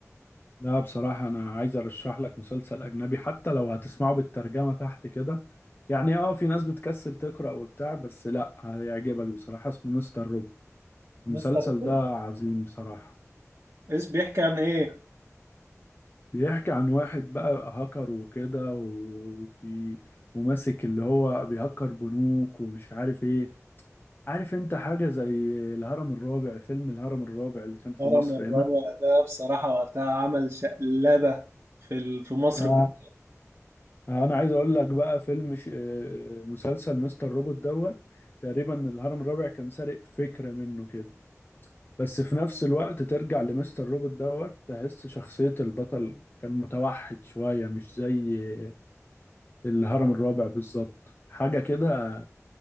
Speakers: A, on the left; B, on the right.
A: لا بصراحة أنا عايز أرشح لك مسلسل أجنبي حتى لو هتسمعه بالترجمة تحت كده يعني آه في ناس بتكسل تقرأ وبتاع بس لأ هيعجبك بصراحة اسمه مستر روبوت المسلسل
B: مستر بين
A: ده عظيم بصراحة
B: ايش بيحكي عن ايه
A: بيحكي عن واحد بقى هاكر وكده وبي... وماسك اللي هو بيهكر بنوك ومش عارف إيه عارف أنت حاجة زي الهرم الرابع فيلم الهرم الرابع اللي كان
B: الهرم
A: في مصر
B: الرابع ده بصراحة وقتها عمل شقلبة في ال- في مصر
A: هنا
B: كلها
A: انا عايز اقول لك بقى فيلم ش... آه، مسلسل مستر روبوت دوت تقريبا الهرم الرابع كان سارق فكرة منه كده بس في نفس الوقت ترجع لمستر روبوت دوت تحس شخصية البطل كان متوحد شوية مش زي الهرم الرابع بالظبط حاجة كده